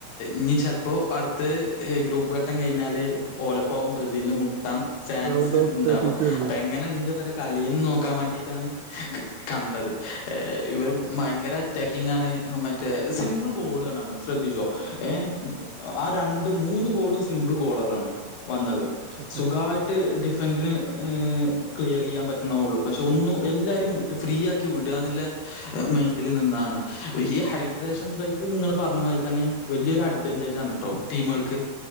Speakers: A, on the left (about 75°); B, on the right (about 85°).
A: ഞ്ഞി ചെൽപ്പോ അടുത്തത് ഈ ഗ്രൂപ്പ് ഘട്ടം കഴിഞ്ഞാല് ഓലപ്പാവും ബ്രസീലിന് മുട്ടാൻ ഫചാൻസ്
B: റൗണ്ട് ഓഫ്
A: ണ്ടാവാ
B: തേർട്ടി ടു അല്ലേ
A: അപ്പൊ എങ്ങനെണ്ട് ഇവരെ കളിന്ന് നോക്കാൻ വാണ്ടിട്ടാണ് കണ്ടത്
B: ആ,
A: ഇവര് ഭയങ്കര അറ്റാക്കിങ്ങാണ് മറ്റേ സിമ്പിൾ ഗോളാളാണ് ശ്രദ്ധിച്ചോ ഏ ആ രണ്ടും മൂന്ന് ഗോളും സ് സിമ്പിൾ ഗോളാളാണ് വന്നത്
B: സത്യം
A: സുഖായി
B: സത്യം
A: ട്ട് ഡിഫന്റിന് ക്ലിയറ് ചെയ്യാൻ പറ്റണ ഒള്ളു പക്ഷെ ഒന്നും എല്ലാരേം ത് ഫ്രീ ആക്കിവിടാന്ന്ള്ള മൈന്റില് നിന്നാണ് ഈ ഹൈഡ്രേഷൻ ബ്രേക്ക് ങ്ങള് പറഞ്ഞ മാതിരിത്തെന്നെ വെല്യോരു അഡ്വാന്റെജാണ് ട്ടോ ടീമാൾക്ക്